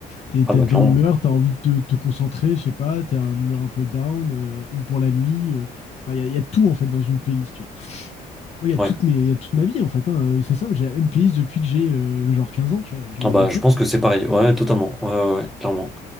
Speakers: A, on the left; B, in the centre.
A: t'es,
B: Ah
A: t'es
B: bah,
A: de
B: clairement.
A: bonne humeur, t'as envie de te, te concentrer, je sais pas, t'es à une humeur un peu down, euh, une pour la nuit. euh. Enfin, Il y a, il y a tout, en fait, dans une playlist, tu Moi, il y a
B: Ouais.
A: toute, mes, il y a toute ma vie, en fait. hein. Euh, C'est simple, j'ai la même playlist depuis que j'ai euh, genre 15 ans, tu vois. et J'en
B: Ah
A: ai
B: bah,
A: 27,
B: je pense
A: tu
B: que c'est pareil. Ouais, totalement. Ouais, ouais, ouais, clairement.